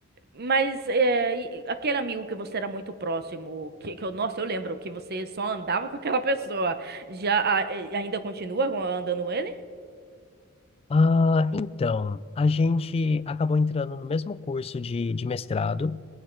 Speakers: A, on the right; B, on the left.
A: mas eh, e- aquele amigo que você era muito próximo, que, que eu, nossa, eu lembro que você só andava com aquela pessoa, já ah, eh, ainda continua andando ele?
B: Ah, então, a gente acabou entrando no mesmo curso de, de mestrado